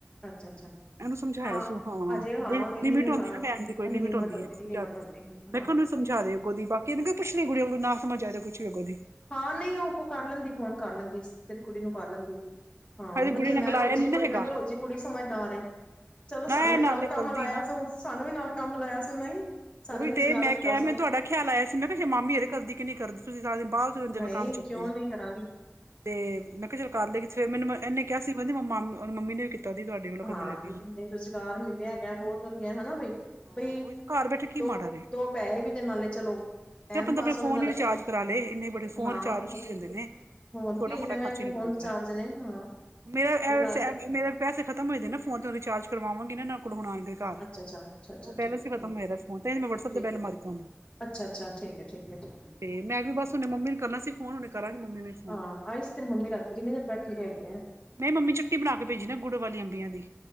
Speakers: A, on the left (about 25°); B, on the right (about 80°).
A: ਅੱਛਾ ਅੱਛਾ।
B: ਇਹਨੂੰ ਸਮਝਾਇਆ
A: ਹਾਂ
B: ਸੁ, ਹਾਂ
A: ਅਜੇ
B: ਲਿਮਿਟ
A: ਉਹਨੀ
B: ਹੁੰਦੀ
A: ਹਾਂ
B: ਨਾ ਟਾਈਮ ਦੀ, ਕੋਈ ਲਿਮਿਟ
A: ਲਿਮਟ
B: ਹਉਂਦੀ
A: ਹੁੰਦੀ
B: ਹੈ, ਇਹਨੂੰ ਸਮਝਾ
A: ਲਿਮਟ
B: ਦਾ
A: ਹੁੰਦੀ
B: ਸੀ ਮੈਂ
A: ਹਾਂ
B: ਕਿਹਾ ਸਮਝਾ ਦੇਓੱਗੋਂ ਦੀ, ਬਾਕੀ ਇਹਨੂੰ ਪੁੱਛ ਲਈ, ਕੁੱਛ ਨੀ ਕੁੜੀ ਉਹ ਨਾ ਸਮਝ ਆਏ, ਕੁਛ ਵੀ ਅਗੋ ਦੀ।
A: ਹਾਂ ਨਹੀਂ ਉਹ ਕਰ ਲੈਂਦੀ, ਫੋਨ ਕਰ ਲੈਂਦੀ ਸੀ। ਤੇਰੀ ਕੁੜੀ ਨੂੰ ਕਰ ਲੈਂਦੀ ਹੈ, ਹਾਂ
B: ਹਜੇ ਗੁੜੀਆ
A: ਵਧੀਆ
B: ਨੇ
A: ਮੈਂ
B: ਗਲਾਇਆ
A: ਰੋਜ਼ੀ
B: ਨੀ
A: ਦੀ ਕੁੜੀ,
B: ਨਾ ਹੈਗਾ
A: ਮੈਂ ਕਿਹਾ ਰੋਜ਼ੀ ਦੀ ਕੁੜੀ ਸਮਝਦਾਰ ਐ। ਚਲੋ
B: ਨਾ
A: ਸਾਨੂੰ
B: ਇਹ
A: ਵੀ
B: ਨਾਲੇ
A: ਨਾਲ
B: ਕਰਦੀ
A: ਕੰਮ ਲਾਇਆ
B: ਨਾ
A: ਸੁ, ਸਾਨੂੰ ਵੀ ਨਾਲ ਕੰਮ ਲਾਇਆ ਸੁ, ਨਹੀਂ। ਸਾਨੂੰ
B: ਉਹੀ
A: ਵੀ
B: ਤੇ,
A: ਰੁਜ਼ਗਾਰ
B: ਮੈਂ
A: ਦਿੱਤਾ
B: ਕਿਹਾ
A: ਸੋ
B: ਮੈਂ ਤੁਹਾਡਾ ਖਿਆਲ ਆਇਆ ਸੀ, ਮੈਂ ਕਿਹਾ ਮਾਮੀ ਹਰੇ ਕਰਦੀ ਕੀ ਨਹੀਂ ਕਰਦੀ, ਤੁਸੀਂ ਸਾਰਾ ਦਿਨ ਬਾਹਰ ਦੇ
A: ਨਹੀਂ
B: ਫ ਕੰਮ ਚੁੱਕਣੇ
A: ਕਿਉਂ
B: ਆਂ,
A: ਨਹੀਂ ਕਰਾਂਗੀ
B: ਤੇ ਮੈਂ ਕਿਹਾ ਚੱਲ ਕਰ ਲੇਗੀ, ਕਿ ਫੇਰ ਮੈਨੂੰ ਇਹਨੇ ਕਿਹਾ ਸੀ। ਕਹਿੰਦੀ ਮ ਮ ਮੰਮੀ ਨੇ ਵੀ ਕੀਤਾ ਦੀ ਤੁਹਾਡੇ ਵੱਲੋਂ
A: ਹਾਂ
B: ਕਹਿੰਦੇ ਲੱਗੇ
A: ਇੇ ਰੁਜ਼ਗਾਰ ਮਿਲਿਆ ਹੈਗਾ, ਬਹੁਤ ਵਧੀਆ ਹੈਨਾ ਬਈ
B: ਹਾਂ
A: ਬਈ।
B: ਉਹੀ ਤੇ ਘਰ ਬੈਠੇ ਕੀ
A: ਦੋ
B: ਮਾੜਾ
A: ਦੋ ਪੈਸੇ ਵੀ, ਤੇ ਨਾਲੇ ਚਲੋ ਟਾਈਮ
B: ਚ ਬੰ
A: ਪਾਸ
B: ਆਪ
A: ਹੋਵੇ
B: ਫੋਨ
A: ਨਾਲੇ
B: ਹੀ ਰਿਚਾਰਜ ਕਰਾ ਲਏ, ਇਨੇ ਬੇ ਫੋਨ
A: ਹਾਂ
B: ਰਿਚਾਰਜ
A: ਹੋਰ
B: ਦਿੰ ਨੇ।
A: ਹੋਰ
B: ਛੋਟਾ
A: ਕੀ ਇੰਨੇ
B: ਮੋਟਾ ਖਰਚਾ
A: ਮਹਿੰਗੇ
B: ਨਿਕਲਦਾ
A: ਫੋਨ ਰਿਚਾਰਜ
B: ਹੈ,
A: ਨੇ ਹਾਂ
B: ਮੇਰਾ ਐ,
A: ਜਿਹੜਾ
B: ਵੈਸੇ ਮੇਰੇ ਪੈਸੇ ਖਤਮ ਹੋਏ ਨੇ ਫੋਨ ਤੇ ਰਿਚਾਰਜ ਕਰਵਾਂਗੀ ਨਾ ਇਹਨਾ ਕੋਲ ਆਉਣਗੇ। ਘਰ,
A: ਅੱਛਾ ਅੱਛਾ ਅੱਛਾ ਅੱਛਾ
B: ਉਹ
A: ਠੀਕ
B: ਬੈਲੈਂਸ ਹੀ ਖਤਮ
A: ਹੈ
B: ਹੋਏ ਦਾ। ਫੋਨ ਤੇ ਮੈਂ ਵਟਸਐਪ
A: ਠੀਕ
B: ਤੇ ਬੈਲ
A: ਹੈ, ਠੀਕ
B: ਮਾਰੀ ਤੁਹਾਨੂੰ
A: ਅੱਛਾ, ਅੱਛਾ ਠੀਕ ਹੈ, ਠੀਕ ਹੈ, ਠੀਕ ਹੈ।
B: ਤੇ ਮੈਂ ਵੀ ਬਸ ਹੁਣ ਮੰਮੀ ਨੂੰ ਕਰਨਾ ਸੀ ਫੋਨ ਹੁਣ ਕਰਾਂਗੀ ਮੰਮੀ ਨੂੰ ਫੋਨ
A: ਹਾਂ ਆਈ ਸੀ ਤੇਰੀ ਮੰਮੀ ਰਾਤ ਕਿੰਨੀ ਦੇਰ ਬੈਠੀ ਰਹੀ ਹੈਗੇ ਆ।
B: ਮੇਰੀ ਮੰਮੀ ਚੁੱਟੀ ਬਣਾ ਕੇ ਭੇਜੀ ਗੁੜ ਵਾਲੀ ਅੰਬੀਆਂ ਦੀ।